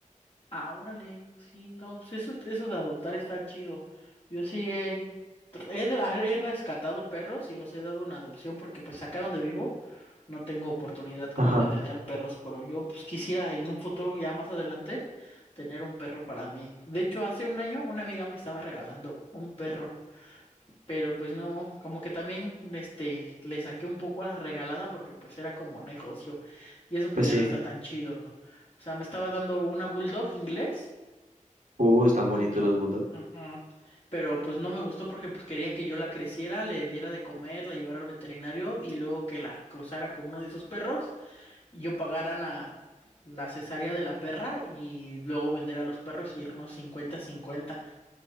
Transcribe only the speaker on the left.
Ah, órale, sí, no, pues eso, eso de adoptar está chido. Yo sí he, he, de- ah, he rescatado perros y los he dado en adopción porque pues acá donde vivo no tengo oportunidad como
de tener perros, pero yo pues quisiera en un futuro ya más adelante tener un perro para mí. De hecho, hace un año una amiga me estaba regalando un perro. Pero pues no, como que también este, le saqué un poco a la regalada porque pues era como negocio y eso pues
ya
no está tan chido. O sea, me estaba dando una bulldog inglés
y...
Ajá. Pero pues no me gustó porque pues quería que yo la creciera, le diera de comer, la llevara al veterinario y luego que la cruzara con uno de esos perros y yo pagara la, la cesárea de la perra y luego vender a los perros y irnos cincuenta cincuenta